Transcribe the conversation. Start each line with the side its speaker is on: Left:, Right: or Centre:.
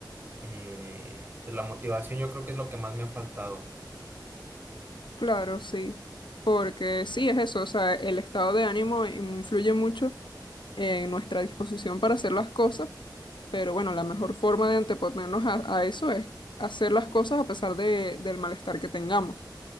Right: eh, pues la motivación yo creo que es lo que más me ha faltado.
Left: claro, sí. Porque sí es eso, o sea, el estado de ánimo influye mucho en nuestra disposición para hacer las cosas, pero bueno, la mejor forma de anteponernos a, a eso es hacer las cosas a pesar de, del malestar que tengamos.